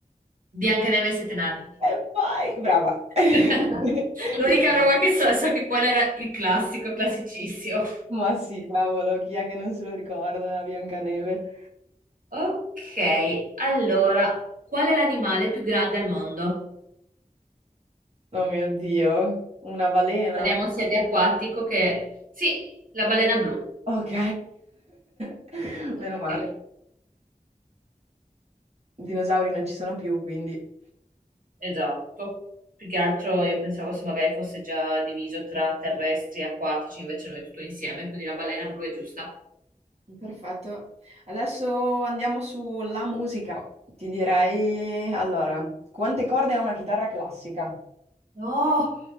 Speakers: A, on the right (about 70°); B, on the right (about 45°).
A: Biancaneve e i sette nani.
B: E poi, brava. <laughs>
A: <laughs> L'unica roba che so, so che quello era il classico, classicissimo.
B: Ma sì, cavolo, chi è che non se lo ricorda? Biancaneve.
A: Ok, allora, qual è l'animale più grande al mondo?
B: Oh mio Dio, una balena.
A: Parliamo sia di acquatico che... Sì, la balena blu.
B: Ok, <laughs>
A: Ok,
B: meno male. Dinosauri non ci sono più, quindi...
A: esatto. Più che altro io pensavo se magari fosse già diviso tra terrestri e acquatici, invece no, è tutto insieme, quindi la balena blu è giusta.
B: Perfetto. Adesso andiamo sulla musica. Ti direi, allora, quante corde ha una chitarra classica?
A: No,